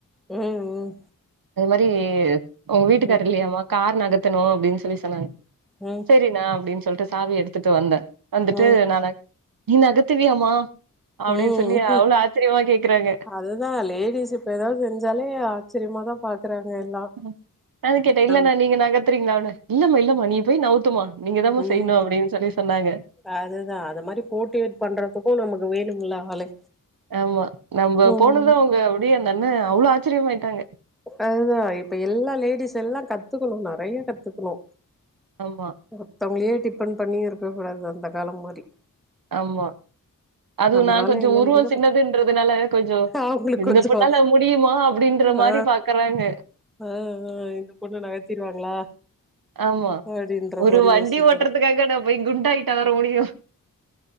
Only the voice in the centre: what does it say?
ம் ம்
ம்
ம்
ம்
ம்
ம்
அதுதா லேடிஸு இப்ப ஏதாவது செஞ்சாலே ஆச்சரியமா தா பா கிறாங்க எல்லா
நம்
ம்
அதுதா அத மாரி போட்டிவேட் பண்றதுக்கு நமக்கு வேணும்லா ஆளு
ம்
அதுதா இப்ப எல்லா லேடிஸ் எல்லா கத்துக்கணு நறைய கத்துக்கணு
மத்தவங்களே டிப்பன் பண்ணியு இருக்க கூடாது அந்த காலோ மாரி
நம்மளால
என்ன
முடியுதோ
கத்து
அவங்களுக்கு
கொஞ்சோ
ஆ
ஆ ஆ இந்த பொண்ணு நகத்திருவாங்களா
அப்டின்ற
மாரி
யோசிக்கிறே